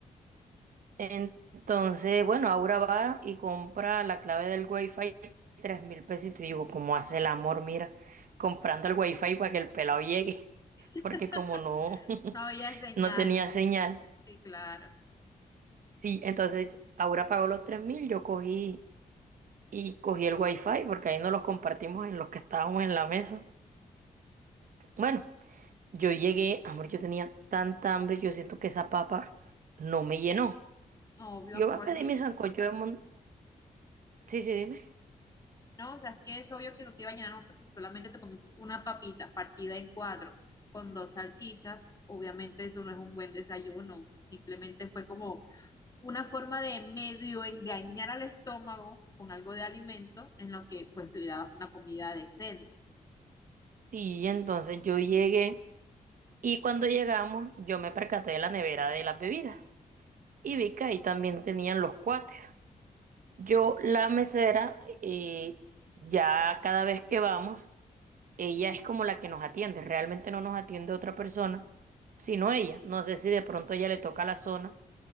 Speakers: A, on the right; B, on the left.
A: Entonces, bueno, Aura va y compra la clave del Wi-Fi, tres mil pesitos. Y digo, ¿cómo hace el amor? Mira, comprando el Wi-Fi para que el pelado llegue, <laughs>
B: <laughs>
A: porque como no, <laughs>
B: No había señal.
A: no tenía señal.
B: Sí, claro.
A: Sí, entonces Aura pagó los tres mil, yo cogí y cogí el Wi-Fi, porque ahí no los compartimos en los que estábamos en la mesa. Bueno, yo llegué, amor, yo tenía tanta hambre, yo siento que esa papa no me llenó.
B: No, Obvio,
A: Yo
B: amor,
A: voy a pedir
B: si
A: mi sancocho de mon... Sí, sí, dime.
B: No, o sea, es que es obvio que no te iba a llenar más porque si solamente te comes una papita partida en cuatro con dos salchichas, obviamente eso no es un buen desayuno. Simplemente fue como una forma de medio engañar al estómago con algo de alimento en lo que pues le dabas una comida decente.
A: Sí, entonces yo llegué y cuando llegamos yo me percaté de la nevera de las bebidas y vi que ahí también tenían los cuates. Yo, la mesera, eh, ya cada vez que vamos, ella es como la que nos atiende, realmente no nos atiende otra persona, sino ella. No sé si de pronto ella le toca la zona